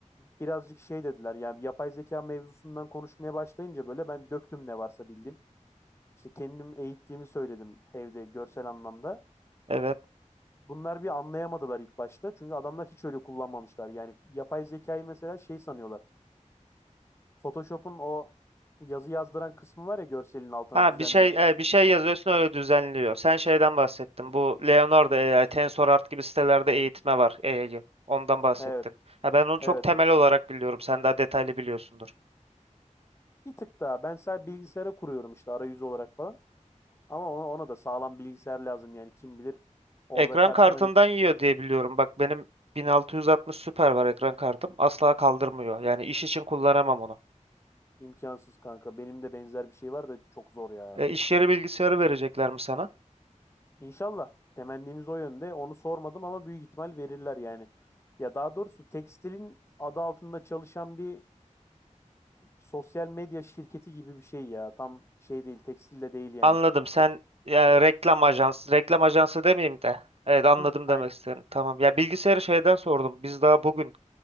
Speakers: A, on the left; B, on the right.
A: birazcık şey dediler. Yani yapay zeka mevzusundan konuşmaya başlayınca böyle ben döktüm ne varsa bildiğim. İşte kendim eğittiğimi söyledim evde görsel anlamda.
B: Evet.
A: Bunlar bir anlayamadılar ilk başta. Çünkü adamlar hiç öyle kullanmamışlar. Yani yapay zekayı mesela şey sanıyorlar. Photoshop'un o yazı yazdıran kısmı var ya görselin altına
B: Ha
A: düzenleme.
B: bir şey e, bir şey yazıyorsun öyle düzenliyor. Sen şeyden bahsettin. Bu Leonardo AI, TensorRT gibi sitelerde eğitme var AI'yı. Ondan bahsettin.
A: Evet,
B: Ha ben onu çok
A: evet,
B: temel
A: evet.
B: olarak biliyorum. Sen daha detaylı biliyorsundur.
A: Bir tık daha. Ben sadece bilgisayara kuruyorum işte arayüz olarak falan. Ama ona, ona da sağlam bilgisayar lazım yani kim bilir orada
B: Ekran
A: karşıma
B: kartından
A: ne çıkacak.
B: yiyor diye biliyorum. Bak benim 1660 Super var ekran kartım. Asla kaldırmıyor. Yani iş için kullanamam onu.
A: imkansız kanka. Benim de benzer bir şey var da çok zor ya.
B: E, iş yeri bilgisayarı verecekler mi sana?
A: İnşallah temennimiz o yönde. Onu sormadım ama büyük ihtimal verirler yani. Ya daha doğrusu tekstilin adı altında çalışan bir sosyal medya şirketi gibi bir şey ya. Tam şey değil, tekstil de değil yani.
B: Anladım. Sen
A: Ga-
B: ya, reklam ajansı, reklam ajansı demeyeyim de. Evet anladım
A: Hı, aynen.
B: demek istedim. Tamam. Ya bilgisayarı şeyden sordum. Biz daha bugün